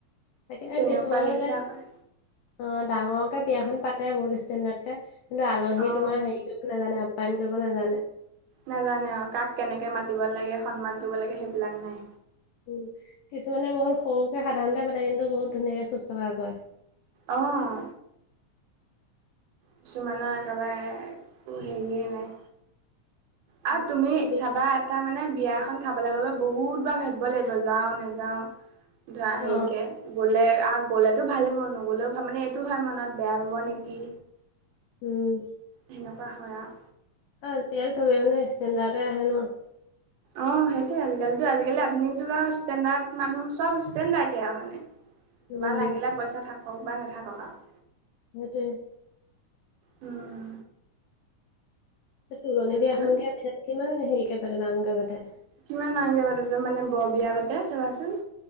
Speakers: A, on the left; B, on the right.
A: তাকে আৰু
B: তেনেকুৱা
A: কিছুমানৰ-
B: লিখিয়া কয়
A: অ ডাঙৰকে বিয়াখন পাতে বহুত ষ্টেণ্ডাৰ্ড কে কিন্তু আলহী
B: অঁ
A: তোমাৰ হেৰি- নাজানে আপ্যায়ন কৰিব নাজানে।
B: নাজানে অ কাক কেনেকে মাতিব লাগে সন্মান কৰিব লাগে সেইবিলাক নাই।
A: উম, কিছুমানে বহুত সৰুকে সাধাৰণতে পাতে কিন্তু বহুত ধুনীয়াকে শুশ্ৰূষা কৰে।
B: অঁহ। কিছুমানৰ একেবাৰে একো হেৰিয়েই নাই। আৰু
A: সেইটোৱে
B: তুমি
A: বিশেষ
B: চাবা- তাৰ মানে বিয়া এখন খাবলৈ গ'লেও বহুত বাৰ ভাবিব লাগিব যাওঁ নেযাওঁ। ধৰা
A: অ
B: হেৰিকে- গ'লে আৰু গ'লেতো ভালিব নগলেও মানে এইটো হয় মনত বেয়া পাব নেকি।
A: উম।
B: সেনেকুৱা হয় আৰু।
A: আৰু আজি কালি চব মানেষ্টণ্ড আহে ন।
B: অ সেইটোৱে আজিকালিতো আজিকালি আধুনিক যুগৰ ষ্টেণ্ডাৰ্ড মানুহ চব ষ্টেণ্ডাৰ্ডে আৰু মানে। তোমাৰ
A: উম
B: লাগিলে পইচা থাকক বা নাথাকক আৰু।
A: সেইটোৱে।
B: উম।
A: তুলণি
B: তাৰপিছত
A: বিয়াখনকে কিমান হেৰিকে ডাঙৰকে পাতে।
B: কিমান ডাঙৰকে পাতে মানে বৰ বিয়া কতে চাবাচোন।